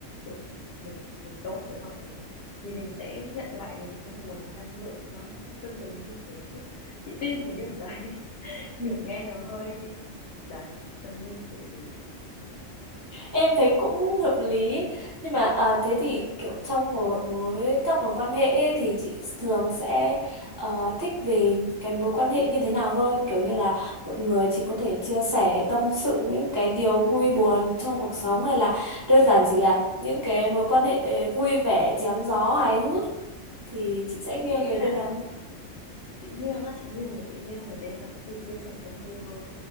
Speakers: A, on the left (about 60°); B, on the right (about 30°).
A: kiểu, mình mình tốt với mọi người ấy, thì mình sẽ nhận lại được một cái nguồn năng lượng nó tương ứng như thế. Chị tin cái điều đấy, <laughs>
B: Ừ.
A: kiểu, nghe nó hơi đấy, tâm linh kiểu gì ấy.
B: Em thấy cũng hợp lý nhưng mà à, thế thì kiểu trong một mối các mối quan hệ ấy, thì chị thường sẽ ờ, thích về cái mối quan hệ như thế nào hơn kiểu như là một người chị có thể chia sẻ tâm sự những cái điều vui buồn trong cuộc sống hay là đơn giản chỉ là những cái mối quan hệ ờ, vui vẻ chém gió hài hước thì chị sẽ
A: Chị
B: nghiêng
A: nghĩ
B: về
A: là
B: bên nào?
A: Chị nghiêng á, chị nghiêng rồi chị nghiêng về bên là có thể chia sẻ tâm tư hơn